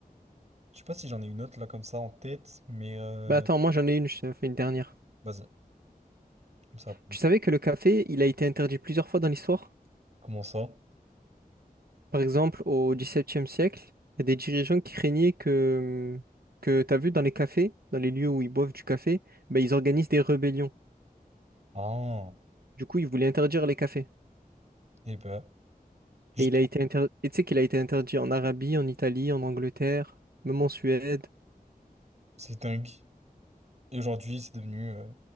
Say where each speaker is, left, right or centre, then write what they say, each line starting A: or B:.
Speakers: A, on the right (about 45°); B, on the right (about 85°).
A: Je sais pas si j'en ai une autre là comme ça en tête, mais euh,
B: Bah attends, moi j'en ai une, je t'en fais une dernière.
A: vas-y, comme ça.
B: Tu savais que le café, il a été interdit plusieurs fois dans l'histoire?
A: Comment ça?
B: Par exemple, au XVIIe siècle, il y a des dirigeants qui craignaient que, que t'as vu dans les cafés, dans les lieux où ils boivent du café, bah, ils organisent des rébellions.
A: Ah,
B: Du coup, il voulait interdire les cafés.
A: eh ben, juste,
B: Et il a été inter- et tu sais qu'il a été interdit en Arabie, en Italie, en Angleterre, même en Suède.
A: c'est dingue. Et aujourd'hui, c'est devenu euh,